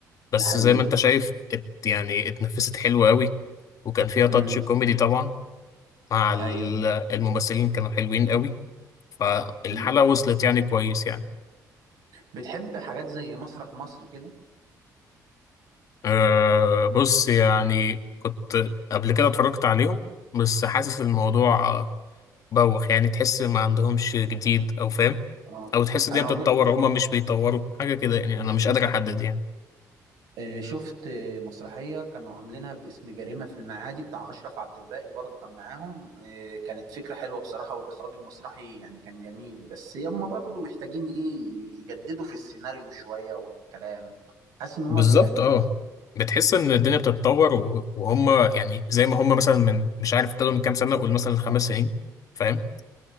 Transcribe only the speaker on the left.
بس
زي ما انت شايف ات يعني اتنفست حلو قوي وكان فيها تاتش
كوميدي طبعا مع ال-
الممثلين كانوا حلوين قوي فالحلقة
وصلت يعني كويس يعني
أه بص يعني كنت قبل كده اتفرجت عليهم بس حاسس الموضوع آه، بوخ يعني تحس ما عندهمش جديد او فاهم
او تحس ان
هي بتتطور
هما مش بيطوروا حاجة كده يعني
انا مش قادر احدد يعني
بالظبط
اه بتحس ان الدنيا بتتطور و- وهم يعني زي ما هم مثلا من مش عارف ابتدوا من كام سنه قول مثلا خمس سنين فاهم